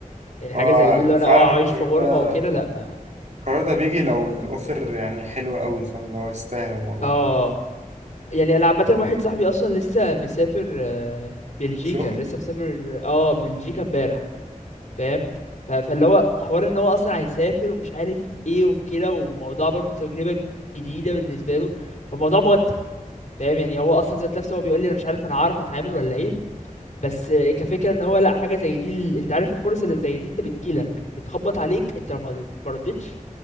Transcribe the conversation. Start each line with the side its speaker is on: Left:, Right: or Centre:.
Left: يعني
Right: فهو
Left: حاجه زي دي اللي انا
Right: فعلا
Left: اه
Right: القرار
Left: اعيش في غربه
Right: ده
Left: وكده لا ما
Right: القرار ده بيجي لو الاوفر يعني حلو قوي فاهم لو يستاهل الموضوع
Left: اه يعني انا عامه واحد صاحبي اصلا لسه مسافر آه، بلجيكا
Right: شغل
Left: لسه مسافر اه بلجيكا امبارح فاهم ف- فاللي هو حوار ان هو اصلا هيسافر ومش عارف ايه وكده والموضوع برضو تجربة جديدة بالنسبة له فالموضوع موتر فاهم يعني هو اصلا ذات نفسه هو بيقول لي انا مش عارف انا هعرف اتعامل ولا ايه بس كفكرة ان هو لا حاجة زي دي ال- انت عارف الفرص اللي زي دي انت بتجيلك بتخبط عليك انت لو ما ما ردتش